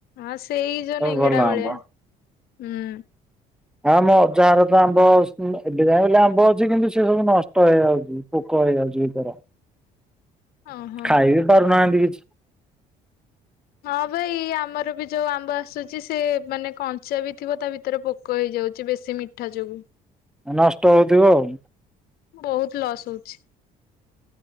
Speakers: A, on the left; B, in the centre.
A: ହଁ ସେଇ ଯୋଉ
B: ସବୁ
A: ନେଙ୍ଗେଡା
B: ଭଲ
A: ଭଳିଆ
B: ଆମ୍ବ।
A: ହୁଁ
B: ହଁ ମୋ ଅଜାହାର ତ ଆମ୍ବ ଏବେ ଯାଏଁ ବୋଲି ଆମ୍ବ ଅଛି କିନ୍ତୁ ସେ ସବୁ ନଷ୍ଟ ହେଇଯାଉଛି। ପୋକ ହେଇଯାଉଛି ଏଇଥର।
A: ଓହୋ।
B: ଖାଇବିି ପାରୁନାହାନ୍ତି କିଛି।
A: ହଁ ଭାଇ ଆମର ବି ଯୋଉ ଆମ୍ବ ଆସୁଛି ସେ ମାନେ କଞ୍ଚା ବି ଥିବ ତା ଭିତରେ ପୋକ ପୋକ ହେଇ ଯାଉଛି ବେଶୀ ମିଠା ଯୋଗୁ।
B: ନଷ୍ଟ ହଉଥିବ ଆଉ?
A: ବହୁତ ଲସ୍ ହଉଛି।